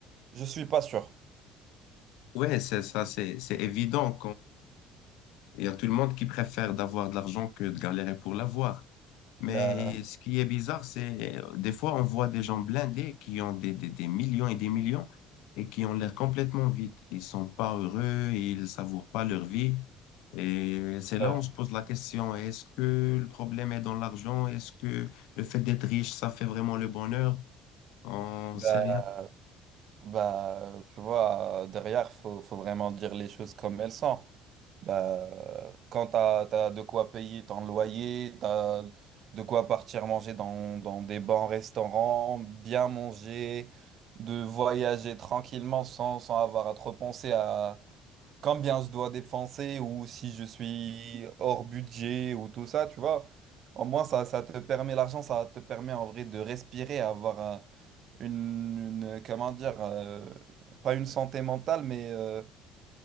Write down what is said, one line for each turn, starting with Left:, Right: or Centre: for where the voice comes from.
Right: je suis pas sûr.
Left: ouais, ouais, c'est ça, c'est c'est évident Il y a tout le monde qui préfère d'avoir de l'argent que de galérer pour l'avoir. Mais
Right: Bah,
Left: ce qui est bizarre, c'est euh, des fois on voit des gens blindés qui ont des, des, des millions et des millions et qui ont l'air complètement vides. Ils sont pas heureux, ils savourent pas leur vie. Et c'est là
Right: Ouais.
Left: où on se pose la question, est-ce que le problème est dans l'argent? Est-ce que le fait d'être riche, ça fait vraiment le bonheur? On
Right: Bah,
Left: sait rien.
Right: bah, tu vois, derrière, faut, faut vraiment dire les choses comme elles sont. Bah, quand t'as, t'as de quoi payer ton loyer, t'as de quoi partir manger dans, dans des bons restaurants, bien manger, de voyager tranquillement sans, sans avoir à trop penser à combien je dois dépenser ou si je suis hors budget ou tout ça, tu vois. Au moins, ça, ça te permet, l'argent, ça te permet en vrai de respirer, avoir un une, une, euh, comment dire, euh, pas une santé mentale, mais euh,